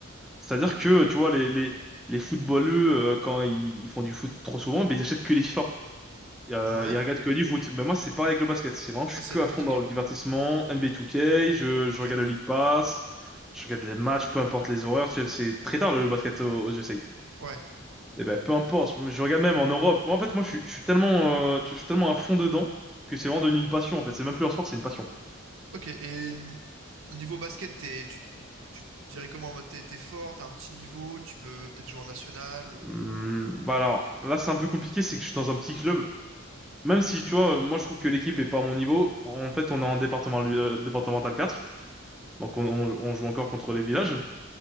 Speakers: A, in the centre; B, on the right.
A: C'est-à-dire
B: Ok.
A: que, tu vois, les, les, les footballeux, euh, quand ils, ils font du foot trop souvent, bah, ils achètent que les FIFA. Et, Euh,
B: Ouais.
A: il regarde que du foot. Ben moi, c'est pareil avec le basket. C'est vraiment, je
B: Toi,
A: suis
B: c'est
A: que
B: NBA
A: à fond
B: 2K,
A: dans
B: du
A: le divertissement.
B: coup.
A: NBA 2K, je, je
B: Ok.
A: regarde le League Pass, je regarde les matchs, peu importe les horaires. C'est c'est très tard le basket aux, aux USA.
B: Ouais.
A: Et ben, peu importe, je, je regarde même en Europe. Moi, en fait, moi, je, suis je suis tellement, euh, je suis tellement à fond dedans que c'est vraiment devenu une passion. En fait, c'est même plus un sport, c'est une passion.
B: Ok, et n- au niveau basket, t'es, tu, tu te dirais comment en mode t'es, t'es fort, t'as un petit niveau, tu peux peut-être jouer en national. euh.
A: Hum, bah alors, là, c'est un peu compliqué, c'est que je suis dans un petit club. Même si, tu vois, moi, je trouve que l'équipe est pas à mon niveau. En fait, on est en département, euh, départemental 4. Donc, on, on on joue encore contre les villages.